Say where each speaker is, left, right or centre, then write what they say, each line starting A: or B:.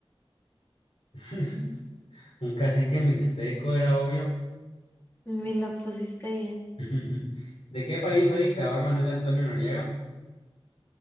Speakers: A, on the left (about 85°); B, on the left (about 20°).
A: <laughs> Un cacique mixteco era obvio.
B: Ni la pusiste bien.
A: <laughs> ¿De qué país fue dictador Manuel Antonio Noriega?